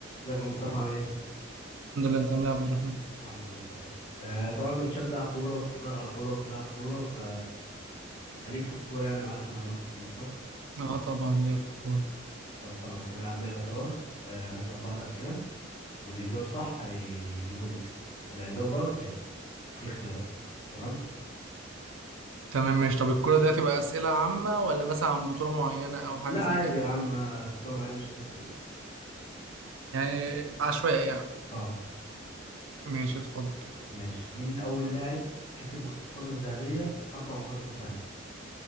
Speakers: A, on the left (about 25°); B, on the right (about 80°).
A: ازيك يا مصطفى عامل ايه؟
B: الحمد لله انت عامل ايه يا عبد الرحمن
A: الحمد لله تمام آه طبعا انت بتشجع كورة وبتتفرج على كورة وبتلعب كورة ف... فليك في الكورة يعني وعارف معلومات كتير صح؟
B: اه طبعا ليا في الكوره
A: طب خلاص هنلعب لعبة سوا آه هنسأل بعض أسئلة واللي يجاوب صح هيفضل يتسأل اللي هيجاوب غلط هيسأل وفي اختيارات تمام؟
B: تمام ماشي طب الكوره ده تبقى اسئله عامه ولا مثلا عن بطوله معينه او حاجه
A: لا عادي
B: زي كده
A: يا عم آه، بطولة معايا مش هتفرق بقى
B: يعني عشوائي يعني
A: اه
B: ماشي اتفضل
A: ماشي مين أول لاعب كسب الكرة الذهبية أربع مرات متتالية؟